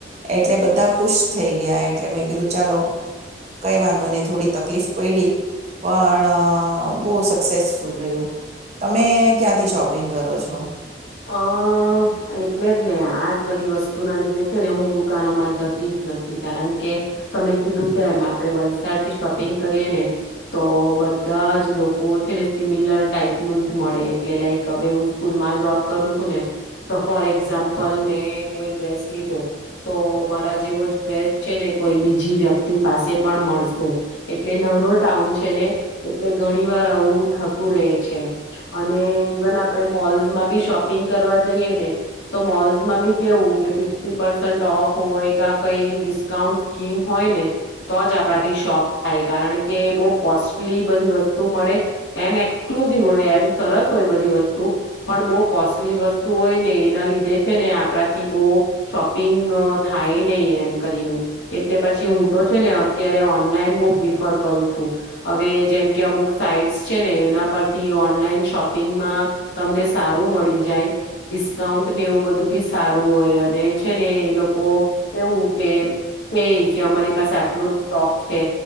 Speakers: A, on the right (about 35°); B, on the left (about 75°).
A: એટલે બધા ખુશ થઈ ગયા એટલે મેં કીધું ચાલો કઈ વાંધો નઈ થોડી તકલીફ પડી પણ બહુ સક્સેસફુલ રહ્યું. તમે ક્યાંથી શોપિંગ કરો છો?
B: અ એટલે જ ને આજ બધી વસ્તુ ના લીધે છે ને હું દુકાનોમાં જતી જ નથી કારણ કે તમે કીધું તેમ આપડે વલસાડ થી શોપિંગ કરીએ ને તો બધા જ લોકો છે ને સિમિલર ટાઈપનું જ મળે એટલે લાઈક હવે હું સ્કૂલમાં જો કરું છું ને તો ફોર એક્ઝામ્પલ મેં કોઈ ડ્રેસ લીધો તો મારા જેવો ડ્રેસ છે ને કોઈ બીજી વ્યક્તિ પાસે પણ મળશે એટલે નાનો ટાઉન છે ને એટલે ઘણી વાર આવું થતું રહે છે અને ઇવન આપણે મોલ્જમાં બી શોપ શપિંગ કરવા જઈએ ને તો મોલ્સમાં બી કેવું કે ફિફ્ટી પસન્ટ ઓફ હોય ક કઈ ડિસ્કાઉન્ટ સ્કીમ હોય ને તો જ આપણાથી શોપ થાય કારણ કે બહુ કોસ્ટલી બધી વસ્તુ મળે એમ એક્સક્લુઝિવ હોય એમ સરસ હોય બધી વસ્તુ પણ બહુ કોસ્ટલી વસ્તુ હોય ને એના લીધે છે ને આપણાથી બહુ શોપિંગ થાય નહીિ એમ કરીને એટલે પછી હું તો છે ને અત્યારે ઓનલાઈન બહુ પ્રિફર કરું છું હવે જેમ કે અમુક સાઈટ્સ છે ને એના પરથી ઓનલાઈન શોપિંગમાં તમને સારું મળી જાય ડિસ્કાઉન્ટને એવું બધું બી સારું હોય અને છે ને એ લોકો કેવું કે થ કે અમારી પાસે આટલું જ સ્ટોક છે